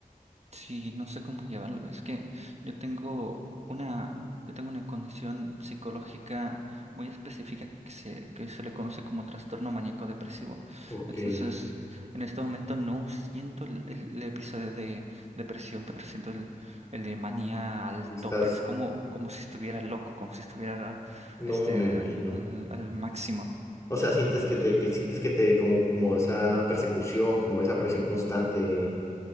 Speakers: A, on the right (about 45°); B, on the left (about 20°).
A: Sí, no sé cómo llevarlo. Es que yo tengo una, yo tengo una condición psicológica muy específica que se, que se le conoce como trastorno maníaco depresivo.
B: Ok,
A: Entonces,
B: y
A: en este momento no siento el, el- el episodio de depresión, pero siento el, el de manía al tope.
B: estás,
A: Es como, como si estuviera loco, como si estuviera
B: no,
A: este
B: me
A: al,
B: imagino.
A: al- al máximo.
B: O sea, sientes que te, que sientes que te, como, como esa persecución, como esa presión constante